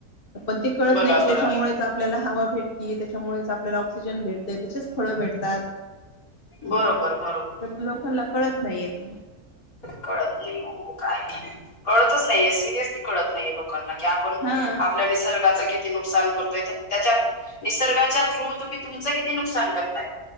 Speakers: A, on the left (about 40°); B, on the left (about 70°).
A: पण ते कळत
B: बघा
A: नाही की
B: बरं
A: त्याच्यामुळेच आपल्याला हवा भेटती त्याच्यामुळेच आपल्याला ऑक्सिजन भेट ते त्याचेच फळं भेटतात.
B: बरोबर बरोबर
A: तर लोकांनला कळत नाहीय ते
B: कळत नाही ओ. काय करणार? कळतच नाहीे सिरियसली कळत नाहीये लोकांना की <unintelligible>
A: हा
B: आपल्या निसर्गाचा कि किती नुकसान करतोय? त्याच्यात निसर्गाच्या थ्रू तुम्ही तुमचं किती नुकसान करताय?